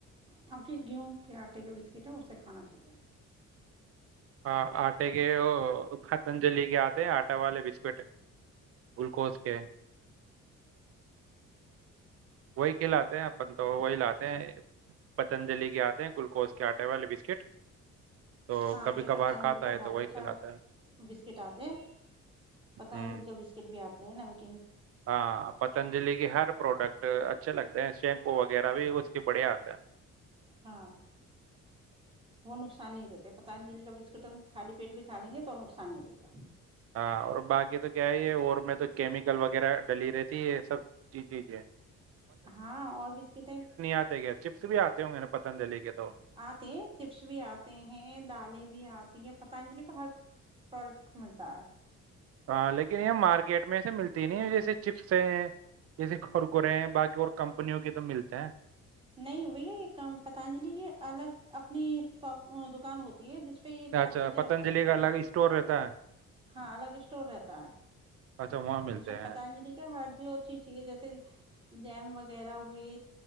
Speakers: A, on the right; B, on the right.
A: ہ ا کی گیہوں کے آٹے کے بسکٹ ہے اسے کھانا چاہیے
B: ہ آٹے کے وہ ختنج لے کے آتے ہیں آٹا والے بسکٹ گلوکوز کے وہی کے لاتے ہیں اپن تو وہی لاتے ہیں پتنجلی کے آتے ہیں گلوکوز کے آٹے والے بسکٹ تو
A: ہاں
B: کبھی
A: بھیا
B: کبھار
A: پتنجلی
B: کھاتا
A: کا
B: ہے تو
A: بہت
B: وہی
A: اچھا
B: کھلاتا ہے
A: بسکٹ آتے ہیں پتنجلی
B: ہوں
A: کا بسکٹ بھی آتا ن <inaudible>
B: ہاں پتنجلی کی ہر پروڈکٹ اچھے لگتے شیمپو وغیرہ بھی اس کے بڑھیا آتا ہے
A: ہاں وہ نقصان نہیں دیتے پتنجلی کا بسکٹ خالی پیٹ بھی کھا لیں گے تو نقصان نہیں دے گا
B: ہاں اور باقی تو کیا ہے یہ اور میں تو کیمیکل وغیرہ ڈلی رہتی یہ سب چیز چیزیں
A: ہاں اور بسکٹیں
B: آتے کیا چپس بھی آتے ہوں گے نا پتنجلی کے تو
A: آتے ہیں چپس بھی آتے ہیں دالیں بھی آتی ہیں پتانجلی پ ہر پروجیکٹ کو ملتا ہے
B: ہاں لیکن یہ مارکیٹ میں سےے ملتی ہے نہیں جیسے چپس ہیں جیسے کورکرے ہیں باقی اور کمپنیوں کے تو ملتے ہیں
A: نہیں بھیا یہ پتنجلی یہ الگ اپنی شاپ دکان ہوتی ہے جس پہ یہ
B: اچھا
A: سب چیزیں
B: پتنجلی
A: رکھتے ہیں
B: کا الگ اسٹور رہتا ہے
A: ہاں الگ اسٹور رہتا ہے
B: اچھا وہاں ملتے
A: جس پ
B: ہیں
A: پتانجلی کیا ہج جو اھی چاہیے جیسے جیم وغیرہ ہوئی